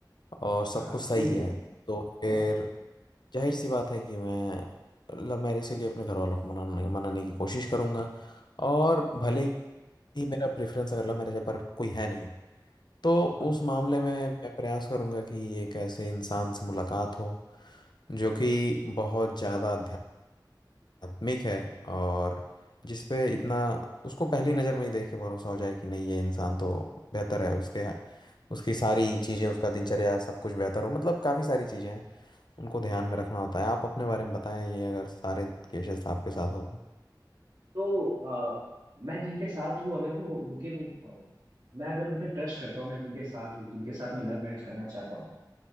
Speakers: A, on the left; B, on the right.
A: और सब
B: हाँ हाँ
A: कुछ सही
B: बिल्कुल
A: है तो फिर
B: हाँ
A: जाहिर सी बात है कि मैं लव मैरिज के लिए अपने घर वालों को मनाने मनाने की कोशिश करूंगा और भले ही मेरा प्रेफरेंस अगर लव मैरिज है पर कोई है नहीं तो
B: हाँ
A: उस मामले में मैं प्रयास करूंगा कि एक ऐसे इंसान से मुलाकात हो जो कि बहुत ज़्यादा आत्मिक है और जिस पे इतना उसको पहली नज़र में ही देख के भरोसा हो जाए कि नहीं ये इंसान तो बेहतर है उसके उसकी सारी चीज़ें उसका दिनचर्या सब कुछ बेहतर हो मतलब काफ़ी सारी चीज़ें हैं उनको ध्यान में रखना होता है आप अपने बारे में बताएं ये अगर सारे केसेस आपके साथ हो तो
B: तो अ, मैं जिनके साथ हूँ अगर वो उनके वो अ, मैं अगर उन पे ट्रस्ट करता हूँ मैं जिनके साथ हूँ जिनके साथ मैं लव मैरिज करना चाहता हूँ